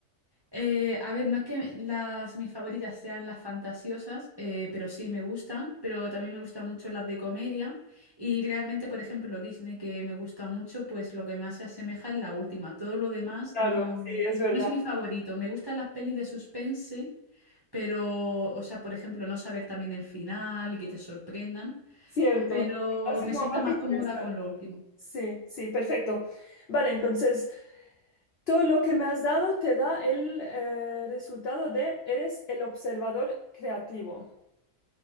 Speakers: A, on the right; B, on the left.
A: Eh, a ver, no es que las, mis favoritas sean las fantasiosas, eh, pero sí me gustan, pero también me gustan mucho las de comedia y realmente, por ejemplo, Disney, que me gusta mucho, pues lo que más se asemeja es la última. Todo lo demás
B: Claro,
A: no,
B: sí, es verdad.
A: no es mi favorito. Me gustan las pelis de suspense, pero, o sea, por ejemplo, no saber también el final y que te sorprendan,
B: Cierto.
A: pero
B: Así
A: me
B: como
A: siento
B: más
A: más
B: interesante.
A: cómoda con lo último.
B: Sí, sí, perfecto. Vale, entonces todo lo que me has dado te da el eh, resultado de eres el observador creativo.